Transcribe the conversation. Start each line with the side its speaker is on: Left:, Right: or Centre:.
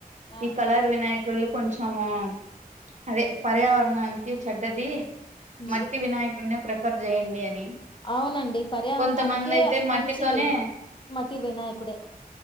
Left: ఆ!
Right: ఈ కళర్ వినాయకులుు కొంచము అదే పర్యావరణానికి క చెడ్డది
Left: హ్మ్.
Right: మట్టి వినాయకుడి ప్రిఫర్ చేయండి అని
Left: అవునండి పర్యావరణానికి
Right: కొంతమంది అయితే మట్టితోనే
Left: మంచిది మటి వినాయకుడే